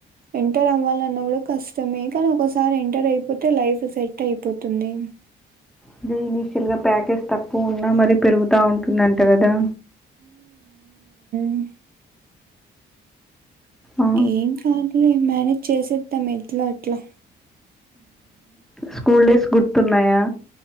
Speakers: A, on the right (about 50°); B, in the centre.
A: ఎంటర్ అవ్వాలన్నా కూడా కష్టమే కానీ ఒకసారి ఎంటర్ అయిపోతే లైఫ్ సెట్ అయిపోతుంది
B: అదే ఇనీషియల్ గా ప్యాకేజ్ తక్కువ ఉన్నా మరి పెరుగుతా ఉంటుందండి ఇంటదా
A: అ
B: ఆ
A: ఏం కాలే మేనేజ్ చేసేద్దాం ఎంట్లో అట్లా
B: స్కూల్ డేస్ గుర్తున్నాయా